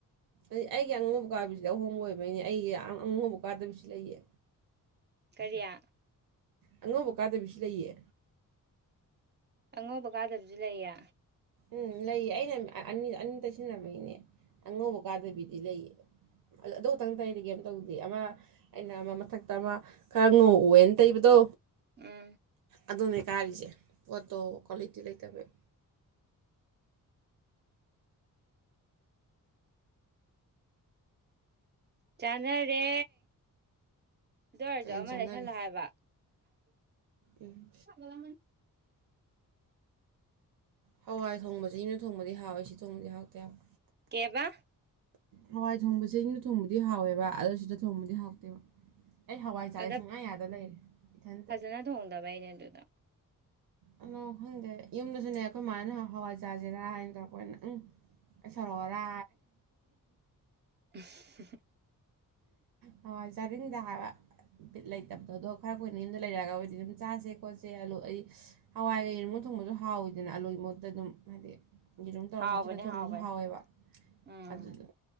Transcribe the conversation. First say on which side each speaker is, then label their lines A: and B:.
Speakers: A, on the right; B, on the right.
A: ꯑꯩꯒꯤ ꯑꯉꯧꯕ ꯀꯥꯕꯤꯁꯤꯗꯤ ꯑꯍꯣꯡꯕ ꯑꯣꯏꯕꯩꯅꯦ ꯑꯩꯌꯥ ꯑꯉꯧꯕ ꯀꯥꯗꯕꯤꯁꯨ ꯂꯩꯌꯦ
B: ꯀꯔꯤꯌꯥ
A: ꯑꯉꯧꯕ ꯀꯥꯗꯕꯤꯁꯨ ꯂꯩꯌꯦ
B: ꯑꯉꯧꯕ ꯀꯥꯗꯕꯁꯨ ꯂꯩꯌꯦ
A: ꯎꯝ ꯂꯩꯌꯦ ꯑꯩꯅ ꯑꯅꯤ ꯑꯅꯤ ꯇꯩꯁꯤꯟꯅꯕꯒꯤꯅꯦ ꯑꯉꯧꯕ ꯀꯥꯗꯕꯤꯗꯤ ꯂꯩꯌꯦ ꯑꯗꯨ ꯈꯛꯇꯪ ꯇꯩꯗꯤ ꯀꯩꯝ ꯇꯧꯗꯦ ꯑꯃ ꯑꯩꯅ ꯑꯃ ꯃꯊꯛꯇ ꯑꯃ ꯈꯔ ꯉꯧꯋꯦꯟ ꯇꯩꯕꯗꯣ
B: ꯎꯝ
A: ꯑꯗꯨꯅꯦ ꯀꯥꯔꯤꯖꯦ ꯄꯣꯠꯇꯣ ꯀ꯭ꯋꯥꯂꯤꯇꯤ ꯂꯩꯇꯕꯩ
B: ꯆꯥꯅꯔꯦ ꯑꯗꯨ ꯑꯣꯏꯔꯖꯨ
A: ꯀꯩꯅ
B: ꯑꯃ
A: ꯆꯥꯟꯅꯔꯤ
B: ꯂꯩꯁꯜꯂꯣ ꯍꯥꯏꯕ
A: ꯎꯝ
B: <inaudible>
A: ꯍꯋꯥꯏ ꯊꯣꯡꯕꯖꯤ ꯌꯨꯝꯗ ꯊꯣꯡꯕꯗꯤ ꯍꯥꯎꯋꯤ ꯁꯤ ꯊꯣꯡꯕꯗꯤ ꯍꯥꯎꯇꯦ ꯍꯥꯏꯕ
B: ꯀꯦꯕꯥ
A: ꯍꯋꯥꯏ ꯊꯣꯡꯕꯖꯦ ꯌꯨꯝꯗ ꯊꯣꯡꯕꯗꯤ ꯍꯥꯎꯋꯦꯕ ꯑꯗꯨ ꯁꯤꯗ ꯊꯣꯡꯕꯗꯤ ꯍꯥꯎꯇꯦꯕ ꯑꯩ ꯍꯋꯥꯏ ꯆꯥꯌꯦ
B: ꯑꯗ
A: ꯁꯨꯡꯌꯥꯥ ꯌꯥꯗ ꯂꯩꯔꯦ ꯏꯊꯟꯇ
B: ꯐꯖꯅ ꯊꯣꯡꯗꯕꯩꯅꯦ ꯑꯗꯨꯗ
A: ꯑꯂꯣ ꯈꯪꯗꯦ ꯌꯨꯝꯗꯖꯨꯅꯦ ꯑꯩꯈꯣꯏ ꯃꯥꯅ ꯍ ꯍꯋꯥꯏ ꯆꯥꯖꯤꯔꯥ ꯍꯥꯏꯅ ꯇꯧꯔꯛꯄꯒꯅꯦ ꯎꯪ ꯑꯩ ꯁꯥꯎꯔꯛꯑꯣꯔꯥ
B: <unintelligible>
A: ꯍꯋꯥꯏ ꯆꯥꯅꯤꯡꯗꯦ ꯍꯥꯏꯕ ꯕꯤꯠ ꯂꯩꯇꯕꯗꯣ ꯈꯔ ꯀꯨꯏꯅ ꯌꯨꯝꯗ ꯂꯩꯔꯛꯑꯒꯕꯨꯗꯤ ꯑꯗꯨꯝ ꯆꯥꯁꯦ ꯈꯣꯠꯁꯦ ꯑꯂꯨ ꯑꯩ ꯍꯋꯥꯏꯒ ꯌꯦꯔꯨꯝꯒ ꯊꯣꯡꯕꯖꯨ ꯍꯥꯎꯋꯤꯗꯅ ꯑꯂꯨꯏꯒꯤ ꯃꯍꯨꯠꯇ ꯑꯗꯨꯝ ꯍꯥꯏꯗꯤ ꯌꯦꯔꯨꯝ ꯇꯧꯔ
B: ꯍꯥꯎꯕꯅꯦ
A: ꯍꯥꯞꯆꯤꯜꯂ ꯊꯣꯡꯕꯖꯨ
B: ꯍꯥꯎꯕꯅꯦ
A: ꯍꯥꯎꯋꯦꯕ
B: ꯎꯝ
A: ꯑꯗꯨꯗꯨ